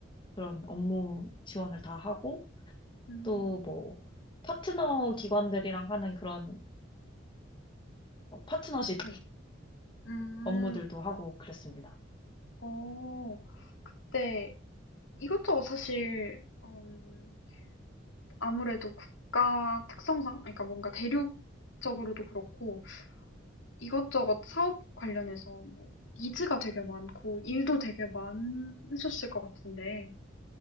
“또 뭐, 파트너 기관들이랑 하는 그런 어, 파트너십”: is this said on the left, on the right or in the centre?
Left